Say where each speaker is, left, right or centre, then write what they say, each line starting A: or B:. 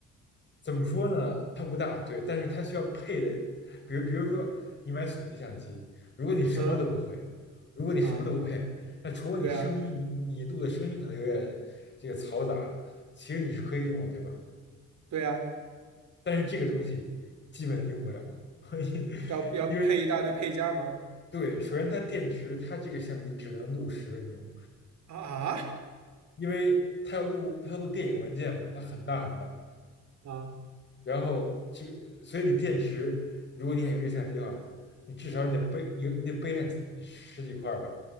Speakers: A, on the left (about 35°); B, on the right (about 65°).
A: 怎么说呢？它不大，对，但是它需要配的，比如比如说你买索尼相机，如果你什么都不会，
B: 嗯
A: 如果你什么都不配，
B: 啊，
A: 那除了你声音，
B: 对呀
A: 你你录的声音可能有点这个嘈杂，其实你是可以用的，对吧？
B: 对呀，
A: 但是这个东西基本用不了，<laughs>
B: 要要配一大堆配件儿吗？
A: 因为对，首先它电池，它这个相机只能录十分钟，
B: 啊啊！
A: 因为它要录它要录电影文件嘛，它很大很大，
B: 啊
A: 然后这个，所以你电池，如果你想用一相机的话，你至少你得背，你你得背上十几块吧，